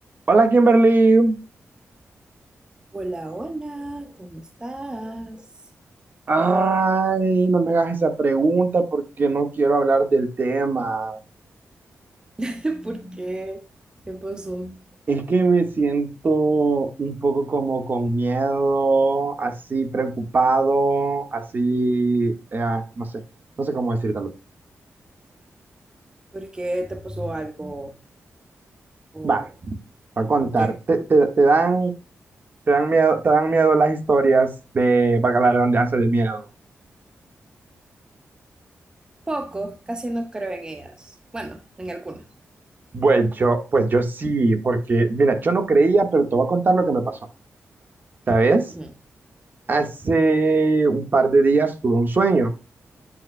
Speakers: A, on the right; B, on the right.
A: Hola Kimberly,
B: Hola, hola, ¿cómo estás?
A: ay, no me hagas esa pregunta porque no quiero hablar del tema.
B: <laughs> ¿Por qué? ¿Qué pasó?
A: Es que me siento un poco como con miedo, así preocupado, así, eh, no sé, no sé cómo decírtelo.
B: ¿Por qué te pasó algo? ¿O,
A: Va, va a contar.
B: o qué?
A: Te, te- te dan, te dan miedo, te dan miedo las historias de, valga la redundancia, de miedo.
B: Poco, casi no creo en ellas. Bueno, en algunas.
A: Pues yo, pues yo sí, porque, mira, yo no creía, pero te voy a contar lo que me pasó, ¿sabes?
B: Ujú,
A: Hace un par de días tuve un sueño